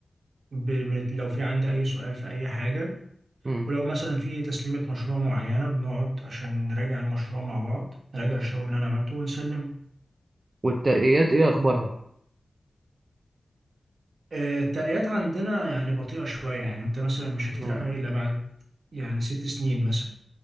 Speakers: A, on the right; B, on the right.
A: بم- لو في عندي أي سؤال في أي حاجة
B: امم
A: ولو مثلا في تسليمة مشروع معينة بنقعد عشان نراجع المشروع مع بعض نراجع الشغل اللي أنا عملته ونسلمه
B: والترقيات ايه اخبارها
A: آه، الترقيات عندنا يعني بطيئة شوية يعني أنت مثلا مش هتترقى
B: امم
A: إلا بعد يعني ست سنين مثلا